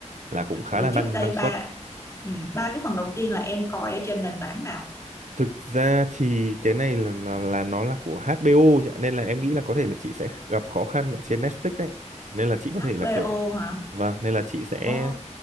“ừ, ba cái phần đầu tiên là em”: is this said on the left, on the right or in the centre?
Left